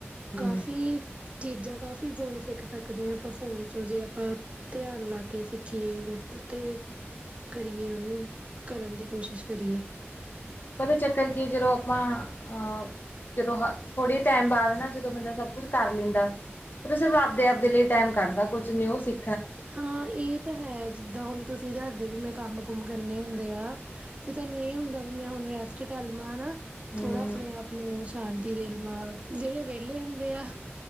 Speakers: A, on the left; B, on the right.
A: ਹੂੰ
B: ਕਾਫ਼ੀ ਚੀਜ਼ਾਂ ਕਾਫੀ ਗੁਣ ਸਿੱਖ ਸਕਦੇ ਆਂ ਆਪਾਂ ਫੋਨ ਚੋਂ ਜੇ ਆਪਾਂ ਧਿਆਨ ਲਾ ਕੇ ਸਿੱਖੀਏ ਉਹ ਤੇ ਕਰੀਏ ਉਹਨੂੰ ਕਰਨ ਦੀ ਕੋਸ਼ਿਸ਼ ਕਰੀਏ
A: ਪਤਾ ਚੱਕਰ ਕੀ ਜਦੋਂ ਆਪਾਂ ਅ ਜਦੋਂ ਹ ਥੋੜੇ ਟਾਈਮ ਬਾਅਦ ਨਾ ਜਦੋਂ ਬੰਦਾ ਸਭ ਕੁਛ ਕਰ ਲੈਂਦਾ ਉਹ ਤਾਂ ਸਿਫ਼ ਆਪਦੇ ਆਪਦੇ ਲਈ ਟਾਈਮ ਕੱਢਦਾ ਕੁੱਝ ਨਿਊ ਸਿੱ
B: ਹਾਂ ਇਹ ਤਾਂ ਹੈ ਜਿੱਦਾਂ ਹੁਣ ਤੁਸੀਂ ਦੱਸਦੇ ਵੀ ਮੈਂ ਕੰਮ ਕੁਮ ਕਰਨੇ ਹੁੰਦੇ ਆ ਫੇ ਤੁਹਾਨੂੰ ਇਹ ਹੁੰਦਾ ਵੀ ਮੈਂ ਹੁਣ ਰੈਸਟ ਕਰ ਲਵਾਂ ਹਨਾ
A: ਹੂੰ
B: ਥੋੜਾ ਆਪਣੇ ਆਪ ਨੂੰ ਸ਼ਾਂਤੀ ਦੇਣ ਨਾਲ ਜਿਹੜੇ ਵਿਹਲੇ ਹੁੰਦੇ ਆ